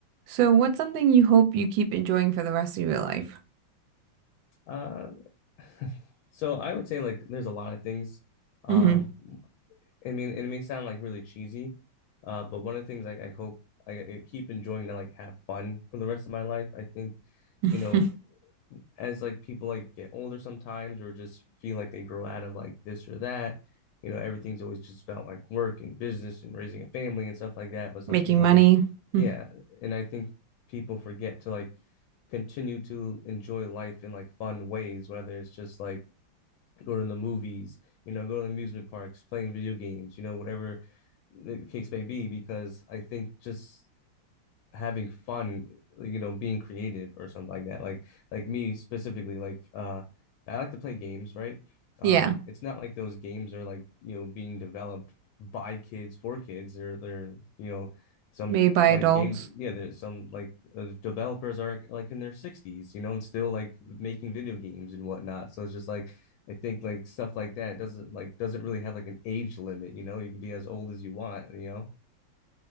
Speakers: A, on the right; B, on the left.
A: So, what's something you hope you keep enjoying for the rest of your life?
B: Uh, <laughs> so I would say like there's a lot of things.
A: hmm
B: Um, I mean, it may sound like really cheesy, uh, but one of the things like I hope I, I keep enjoying to like have fun for the rest of my life. I think,
A: <laughs>
B: you know, as like people like get older sometimes or just feel like they grow out of like this or that, you know, everything's always just about like work and business and raising a family and stuff like that. But some
A: Making
B: people
A: money.
B: like, yeah,
A: Mm.
B: and I think people forget to like continue to enjoy life in like fun ways, whether it's just like go to the movies, you know, go to the amusement parks, playing video games, you know, whatever the case may be, because I think just having fun, you know, being creative or something like that. Like like me specifically, like uh I like to play games, right? Um,
A: Yeah,
B: it's not like those games are like, you know, being developed by kids for kids. They're they're, you know, some
A: made by
B: like
A: adults.
B: game yeah, there's some like uh, developers are like in their 60s, you know, and still like making video games and whatnot. So it's just like I think like stuff like that doesn't like doesn't really have like an age limit, you know. You can be as old as you want, you know.